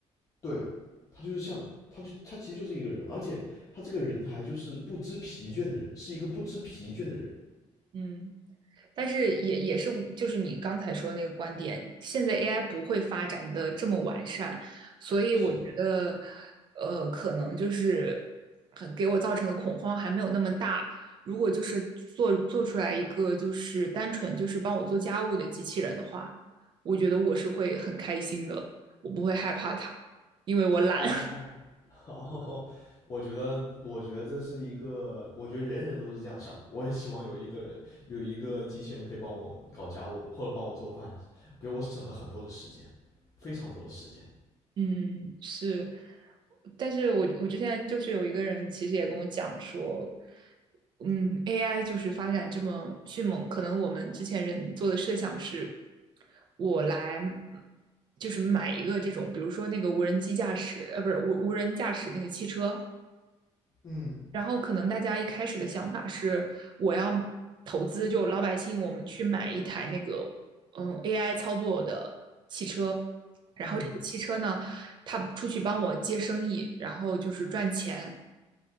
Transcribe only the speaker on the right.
嗯，但是也也是，就是你刚才说的那个观点，现在 AI 不会发展的这么完善，所以我觉得，
呃，可能就是很给我造成的恐慌还没有那么大。如果就是做做出来一个就是单纯就是帮我做家务的机器人的话，我觉得我是会很开心的，我不会害怕它，因为我懒。
嗯，是，但是我我之前就是有一个人，其实也跟我讲说，嗯，AI 就是发展这么迅猛，可能我们之前人做的设想是，我来就是买一个这种，比如说那个无人机驾驶，呃，不是无无人驾驶那个汽车，
然后可能大家一开始的想法是，我要投资，就老百姓我们去买一台那个嗯 AI 操作的汽车，然后这个汽车呢，
它出去帮我接生意，然后就是赚钱。